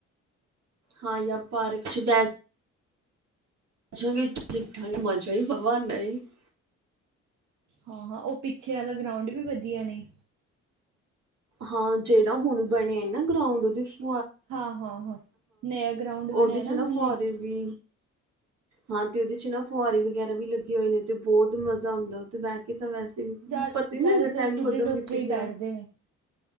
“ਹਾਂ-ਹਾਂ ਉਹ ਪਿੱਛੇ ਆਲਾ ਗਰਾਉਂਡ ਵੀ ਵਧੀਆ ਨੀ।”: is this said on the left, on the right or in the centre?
Right